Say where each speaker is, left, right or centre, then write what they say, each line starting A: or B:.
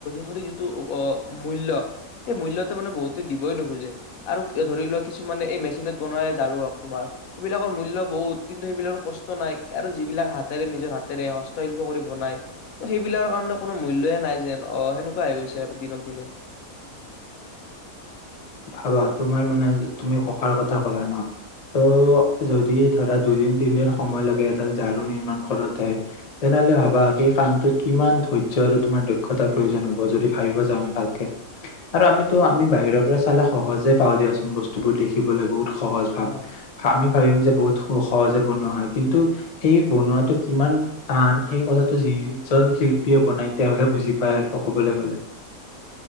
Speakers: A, on the left; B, on the left.
A: সঠিক যিটো অ', মূল্য সেই মূল্যটো মানে বহুতে দিবই নোখোজে, আৰু ধৰি লোৱা কিছুমানে এই মেচিনত বনোৱা ঝাৰু হওঁক তোমাৰ সেইবিলাকৰ মূল্য বহুত কিন্তু সেইবিলাকৰ কষ্ট নাই আৰু যিবিলাক হাত- হাতেৰে নিজৰ হাতেৰে হস্তশিল্প কৰি বনাই ত সেইবিলাক কাৰণে কোনো মূল্যয়ে নাই যেন আহ সেনেকুৱা হৈ গৈছে আৰু দিনক দিনে।
B: ভাবা, তোমাৰ মানে তুমি ককাৰ কথা ক'লা ন! ত' যদি ধৰা দুইদিন, তিনদিন সময় লাগে এডাল ঝাৰু নিৰ্মাণ কৰোতে তেনেহ'লে ভাবা সেই কামটোত কিমান ধৈৰ্য্য আৰু তোমাৰ দক্ষতাৰ প্ৰয়োজন হ'ব যদি ভাবিব যাওঁ আমি ভালকে আৰু আমিতো আমি বাহিৰৰ পৰা চালে সহজে পাওঁ দিয়াচোন, বস্তুবোৰ দেখিবলৈ বহুত সহজ ভাৱ
A: অ
B: আমি ভাবিম যে বহুত সু-সহজে বনোৱা হয়, কিন্তু সেই বনোৱাটো কিমান টান সেই কথাটো যিজন শিল্পীয়ে বনাই তেওঁহে বুজি পাই আৰু ক'বলৈ গ'লে।